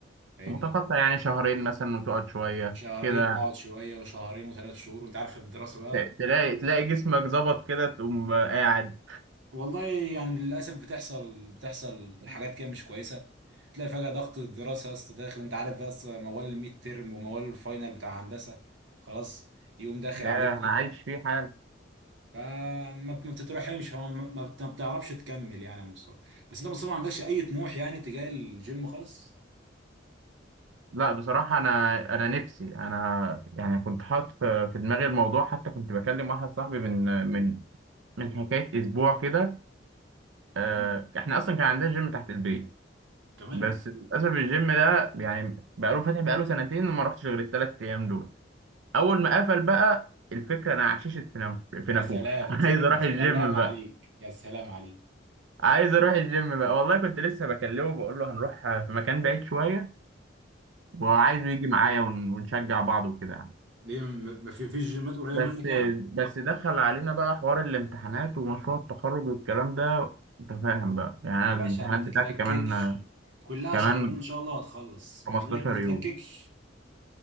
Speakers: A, on the right; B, on the right.
A: فاهمني
B: متقطع يعني شهرين مثلا وتقعد شوية
A: شهرين
B: كده
A: واقعد شويه وشهرين وثلاث شهور وانت عارف الدراسه بقى
B: ت- تلاقي تلاقي جسمك ظبط كده تقوم قاعد
A: والله يعني للاسف بتحصل بتحصل
B: مم.
A: حاجات كده مش كويسه تلاقي فجاه ضغط الدراسه يا اسطى داخل انت عارف بقى أصل موال الميد تيرم وموال الفاينل بتاع هندسه خلاص يقوم داخل
B: ياه
A: عليك فجاه
B: انا عايش فيه حال
A: فما ب- ما بتترحمش هو ما ما بت- ما بتعرفش تكمل يعني يا مصطفى بس انت يا مصطفى ما عندكش اي طموح يعني تجاه الجيم خالص
B: لا بصراحة انا انا نفسي انا يعني كنت حاطط في في دماغي الموضوع حتى كنت بكلم واحد صاحبي من من من حكاية اسبوع كده آه،
A: مم.
B: احنا اصلا كان عندنا جيم تحت البيت
A: كمان
B: بس للاسف الجيم ده يعني بقاله فاتح بقاله سنتين وما رحتش غير الثلاث ايام دول اول ما قفل بقى الفكره انا عششت في نف-
A: يا
B: في نافوخ
A: سلام
B: <laughs> عايز اروح
A: يا سلام
B: الجيم بقى
A: عليك يا سلام عليك
B: عايز اروح الجيم بقى والله كنت لسه بكلمه بقول له هنروح في مكان بعيد شويه وعايزه
A: اه
B: يجي معايا ون- ونشجع بعض وكده يعني
A: ليه م- ما في فيش جيمات قريبه
B: بس
A: منك يعني
B: بس دخل علينا بقى حوار الامتحانات ومشروع التخرج والكلام ده انت فاهم بقى يعني انا
A: يا
B: الامتحانات
A: باشا ما تتلككش
B: بتاعتي كمان
A: كلها
B: كمان
A: شهرين ان شاء الله وهتخلص
B: 15
A: ما تلك ما تتلككش
B: يوم